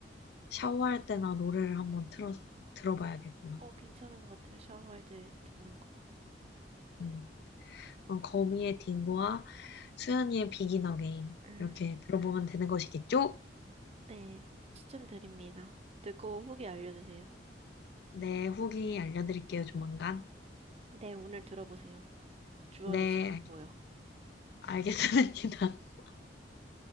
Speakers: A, on the left; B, on the right.
A: 샤워할 때나 노래를 한번 틀어서 들어봐야겠구나.
B: 어, 괜찮은 것 같아요. 샤워할 때 듣는 거.
A: 음. 그럼 거미의 딩고와 수현이의 비긴 어게인
B: 음,
A: 이렇게 들어보면 되는 것이겠죠?
B: 네. 추천드립니다. 듣고 후기 알려주세요.
A: 네, 후기 알려드릴게요, 조만간.
B: 네, 오늘 들어보세요. 주원이
A: 네,
B: 최고고요.
A: 알- 알겠습니다. <laughs>